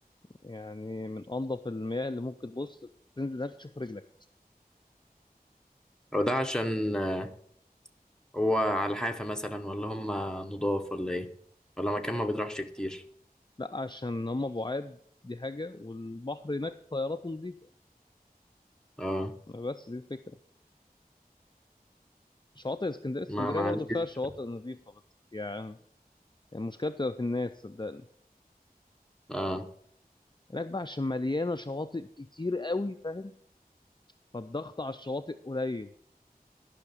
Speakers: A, on the left; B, in the centre.
A: يعني من انظف المياه اللي ممكن تبص تنزل هناك تشوف رجلك
B: أو ده عشان آه، هو على الحافة مثلا ولا هم نضاف ولا إيه ولا مكان ما بيطرحش كتير
A: لا عشان هم بعاد دي حاجه والبحر هناك طياراته نظيفه
B: اه
A: بس دي الفكره شواطئ اسكندريه اسكندريه
B: ما ما
A: برضو
B: عنديش
A: فيها شواطئ نظيفه بس يعني يعني المشكله بتبقى في الناس صدقني
B: اه
A: هناك بقى عشان مليانه شواطئ كتير قوي فاهم فالضغط على الشواطئ قليل